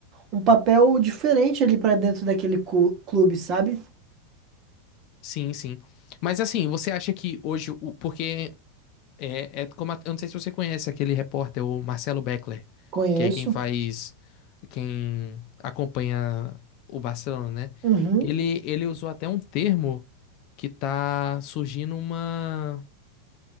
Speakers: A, on the right; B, on the left.
A: um, um papel diferente ali pra dentro daquele cu- clube, sabe?
B: Sim, sim. Mas assim, você acha que hoje, o, porque é, é como, a- eu não sei se você conhece aquele repórter, o Marcelo Beckler,
A: Conheço.
B: que é quem faz, quem acompanha o Barcelona, né?
A: Uhum.
B: Ele, ele usou até um termo que tá surgindo uma